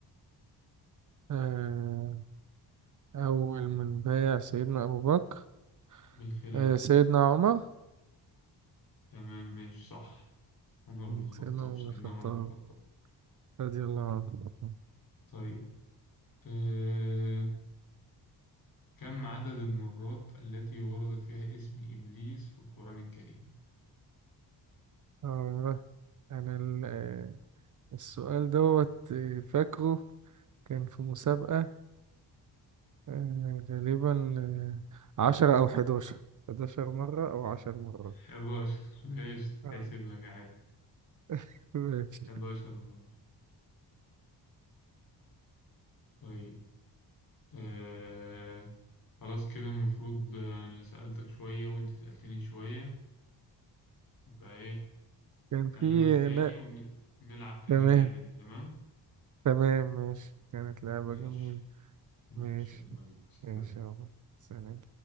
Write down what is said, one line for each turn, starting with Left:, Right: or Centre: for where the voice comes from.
Right: آه، اول من بايع سيدنا ابو بكر
Left: بالخلاف
Right: آه سيدنا عمر
Left: تمام ماشي صح عمر بن
Right: مم،
Left: الخطاب
Right: سيدنا عمر
Left: سيدنا
Right: بن الخطاب
Left: عمر بن الخطاب
Right: رضي الله عنه
Left: طيب أه... كم عدد المرات التي ورد فيها اسم إبليس في القرآن الكريم؟
Right: آه أنا ال- آه، السؤال دوت آه، فاكره كان في مسابقة آه، غالبا آه، عشرة أو حداشر حداشر مرة أو عشر مرات
Left: 11 ماشي
Right: آه.
Left: تحسب لك عادي
Right: <laughs> ماشي
Left: 11 مرة طيب أه... خلاص كده المفروض أنا سألتك شوية وأنت سألتني شوية يبقى إيه
Right: كان
Left: أكلمك
Right: في
Left: تاني
Right: لا
Left: ونلعب تاني
Right: تمام
Left: اللعبة دي تمام؟
Right: تمام ماشي كانت لعبة
Left: ماشي
Right: جميلة
Left: ماشي
Right: ماشي
Left: يلا بينا سلام.
Right: ماشي يابا سلام